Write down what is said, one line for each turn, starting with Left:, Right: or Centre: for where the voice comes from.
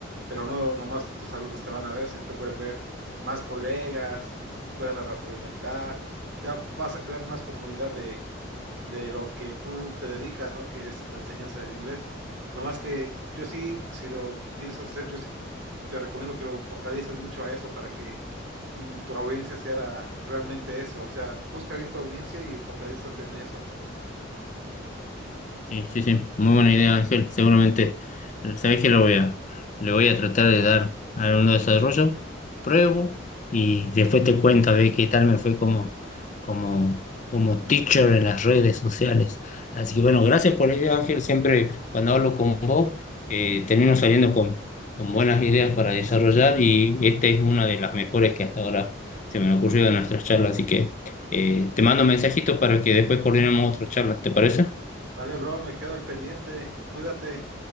Right: pero no nomás tus alumnos te van a ver, sino te pueden ver más colegas, te pueden retroalimentar. O sea, vas a crear más comunidad de, de lo que tú te dedicas, ¿no? Que es la enseñanza del inglés. Nomás que yo sí, si lo piensas hacer, yo sí te recomiendo que lo focalices mucho a eso para que mm, tu audiencia sea realmente eso. O sea, busca bien tu audiencia y focalizas en eso.
Left: Sí, sí, sí, muy buena idea, Ángel. Seguramente, sabés que lo voy a, le voy a tratar de dar a uno desarrollo, pruebo y después te cuento a ver qué tal me fue como, como, como teacher en las redes sociales. Así que bueno, gracias por la idea, Ángel. Siempre cuando hablo con vos, eh, termino saliendo con, con buenas ideas para desarrollar y esta es una de las mejores que hasta ahora se me han ocurrido en nuestras charlas. Así que eh, te mando un mensajito para que después coordinemos otras charlas, ¿te parece?
Right: Vale, bro, me quedo al pendiente. Cuídate.